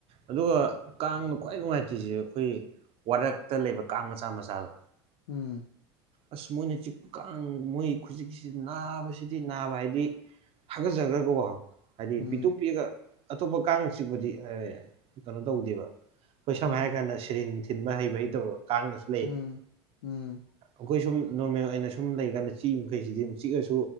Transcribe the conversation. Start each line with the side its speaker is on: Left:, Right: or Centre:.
Right: ꯑꯗꯨꯒ ꯀꯥꯡꯅ ꯈ꯭ꯋꯥꯏ ꯅꯨꯡꯉꯥꯏꯇ꯭ꯔꯤꯁꯦ ꯑꯩꯈꯣꯏ ꯋꯥꯔꯛꯇ ꯂꯩꯕ ꯀꯥꯡ ꯃꯆꯥ ꯃꯆꯥꯗꫭ
Left: ꯎꯝ꯫
Right: ꯑꯁ ꯃꯣꯏꯅ ꯆꯤꯛꯄ ꯀꯥꯡ ꯃꯣꯏ ꯈꯨꯖꯤꯛꯁꯤ ꯅꯥꯕꯁꯤꯗꯤ ꯅꯥꯕ ꯍꯥꯏꯗꯤ ꯍꯪꯒꯔꯖꯒ꯭ꯔꯒꯣ ꯍꯥꯏꯗꯤ
Left: ꯎꯝ
Right: ꯄꯤꯛꯇꯨꯛ ꯄꯤꯑꯒ ꯑꯇꯣꯞꯄ ꯀꯥꯡ ꯆꯤꯛꯄꯗꯤ ꯀꯩꯅꯣ ꯇꯧꯗꯦꯕ ꯑꯩꯈꯣꯏ ꯁꯝ
Left: ꯎꯝ
Right: ꯍꯥꯏꯔ ꯀꯥꯟꯗ ꯁꯤꯔꯤꯟ ꯊꯤꯟꯕ ꯍꯩꯕ ꯍꯩꯇꯕ ꯀꯥꯡꯗꯁꯨ
Left: ꯎꯝ ꯎꯝ꯫
Right: ꯑꯩꯈꯣꯏ ꯁꯨꯝ ꯅꯣꯔꯃꯦꯜ ꯑꯣꯏꯅ ꯁꯨꯝ ꯂꯩꯀꯥꯟꯗ ꯆꯤꯛꯏ ꯃꯈꯩꯁꯤꯗꯤ ꯑꯗꯨꯝ ꯆꯤꯛꯑꯁꯨ